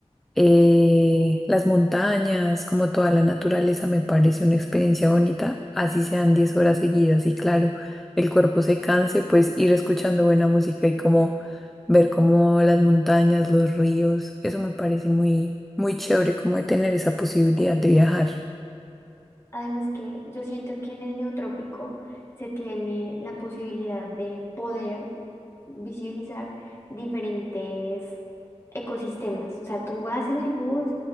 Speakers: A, in the centre; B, on the left (about 25°).
A: eh, las montañas, como toda la naturaleza, me parece una experiencia bonita, así sean 10 horas seguidas y claro, el cuerpo se canse, pues ir escuchando buena música y como ver como las montañas, los ríos, eso me parece muy, muy chévere como de tener esa posibilidad de viajar.
B: Además que yo siento que en el neotrópico se tiene la posibilidad de poder visibilizar diferentes ecosistemas. O sea, tú vas en el bus